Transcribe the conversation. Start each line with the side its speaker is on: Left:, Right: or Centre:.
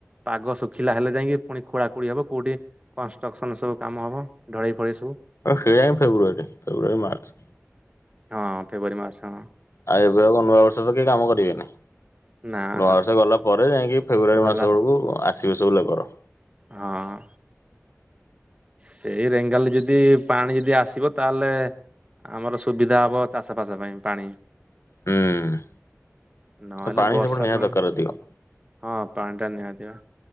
Right: ପାଗ ଶୁଖିଲା ହେଲେ ଯାଇକି ପୁଣି ଖୋଳା ଖୋଳି ହବ କୋଉଠି କଷ୍ଟ୍ରକ୍ସନ ସବୁ କାମ ହବ ଢଳେଇ ପଳେଇ ସବୁ।
Left: ସେଆହିଁ ଫେବୃଆରୀ ଫେବୃଆାରୀ ମାର୍ଚ୍ଚ।
Right: ହଁ ଫେବୃଆାରୀ ମାର୍ଚ୍ଚ ହଁ।
Left: ଆଉ ଏବେ ଆ ନୂଆବର୍ଷ ତ କି କାମ କରିବେନି
Right: ନା
Left: ନୂଆବର୍ଷ
Right: ହଁ
Left: ଗଲା ପରେ ଯାଇକି। ଫେବୃୟାରୀ
Right: ଗଲା
Left: ମାସ ବେଳକୁ ଆସିବେ ସବୁ ଲେବର।
Right: ହଁ। ସେଇ ରେଙ୍ଗାଲରେ ଯଦି ପାଣି ଯଦି ଆସିବ ତାହେଲେ ଆମର ସୁବିଧା ହେବ ଚାଷ ଫାସ ପାଇଁ ପାଣି
Left: ହୁଁ।
Right: ନହେଲେ
Left: ତ ପାଣି
Right: ବର୍ଷା
Left: ସେପଟେ ନିହାତି
Right: ପାଣି
Left: ଦରକାର ଅଧିକ।
Right: ହଁ ପାଣି ଟା ନିହାତିି ବା।